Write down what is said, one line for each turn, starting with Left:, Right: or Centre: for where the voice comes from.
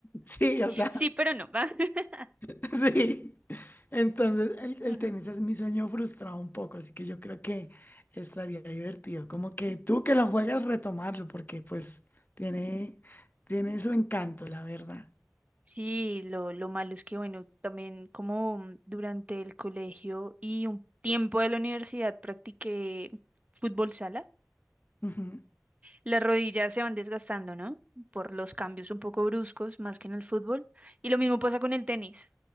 Left: Sí, o sea.
Right: Sí, pero no. <laughs>
Left: <laughs> Sí. Entonces, el, el
Right: va.
Left: tenis es mi sueño frustrado un poco, así que yo creo que estaría divertido. Como que tú que lo juegas, retomarlo, porque pues tiene, tiene su encanto, la verdad.
Right: Sí, lo, lo malo es que, bueno, también como mm, durante el colegio y un tiempo de la universidad practiqué fútbol sala,
Left: Ujú.
Right: las rodillas se van desgastando, ¿no? Por los cambios un poco bruscos, más que en el fútbol. Y lo mismo pasa con el tenis.